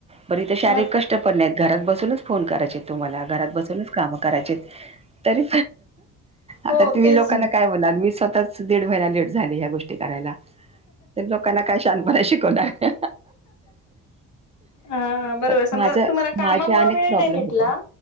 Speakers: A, on the right; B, on the left.
A: बरी इथे शारीरिक
B: मग
A: कष्ट पण नाही, घरात बसूनच फोन करायचे तुम्हाला, घरात बसूनच काम करायचे तरी आता
B: हो
A: तुम्ही
B: तेच
A: लोकांना
B: ना.
A: काय बोलाल, मीच स्वतःच दीड महिना लेट झाले ह्या गोष्टी करायला तर लोकांना काय शहाणपणा शिकवणार
B: हा बरोबर,
A: पण
B: समजा
A: माझ
B: तुम्हाला कामामुळे
A: माझे अनेक
B: वेळ
A: प्रॉब्लेम
B: नाही भेटला
A: होते.